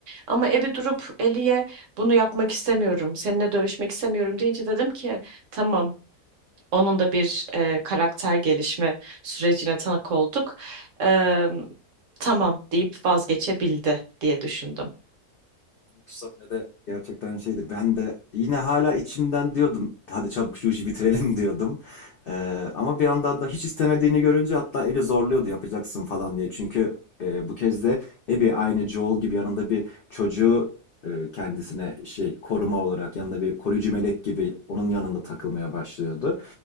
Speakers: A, on the right; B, on the left.
A: Ama Ebi durup Eli'ye bunu yapmak istemiyorum, seninle dövüşmek istemiyorum deyince dedim ki tamam onun da bir e, karakter gelişme sürecine tanık olduk. E, tamam deyip vazgeçebildi diye düşündüm.
B: Bu sahnede gerçekten şeydi. Ben de yine hala içimden diyordum. Hadi çabuk şu işi bitirelim <laughs> diyordum. Ee, ama bir yandan da hiç istemediğini görünce hatta eli zorluyordu yapacaksın falan diye. Çünkü e, bu kez de Abby aynı Joel gibi yanında bir çocuğu e, kendisine şey koruma olarak yanında bir koruyucu melek gibi onun yanında takılmaya başlıyordu.